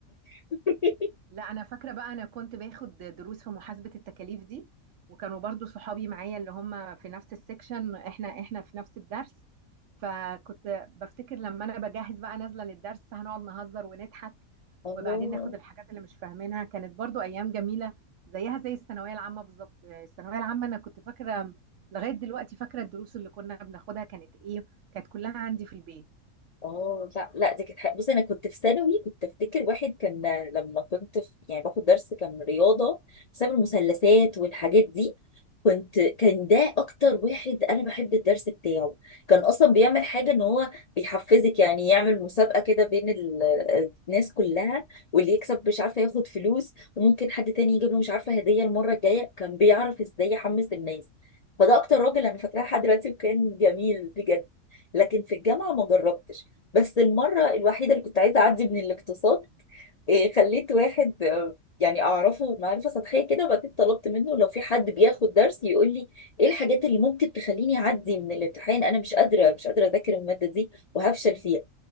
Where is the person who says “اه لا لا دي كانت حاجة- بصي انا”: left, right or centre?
Left